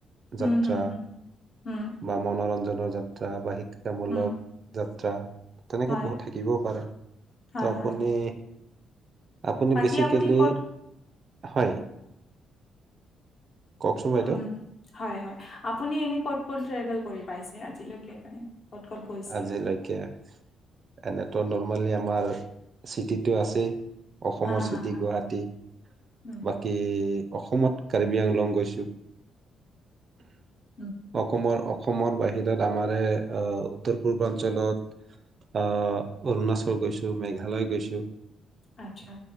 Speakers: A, on the left; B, on the right.
A: হুম
B: যাত্ৰা
A: হুম হুম হুম
B: বা মনোৰঞ্জন যাত্ৰা বা শিক্ষ তেওঁমলক
A: হুম
B: যাত- ত্ৰা তেনেকে
A: হয়
B: বহুত থাকিবও পাৰে
A: হয়
B: তো আপুনি
A: হয়
B: আপুনি
A: বাকী
B: বেচিকেলি
A: আপুনি ক'ত
B: হয় কওকচোন বাইদেউ
A: উম হয় হয় আপুনি এনে কত ক'ত ট্ৰেভেল কৰি পাইছে আজিলৈকে মানে? ক'ত ক'ত গৈছে?
B: আজিলৈকে এনেতো নল ৰ্মি আমাৰ চিটিতো আছেই অসমৰ
A: হা,
B: চিটি
A: হা, হা,
B: গুৱাহাটী
A: উম,
B: বাকী অসমত কাৰ্বি আংলং গৈছোঁ
A: উম,
B: অসমৰ অসমৰ বাহিৰত আমাৰে উত্তৰ পূৰ্বাঞ্চলত আহ অৰুণাচল গৈছোঁ মেঘালয় গৈছোঁ
A: আচ্ছা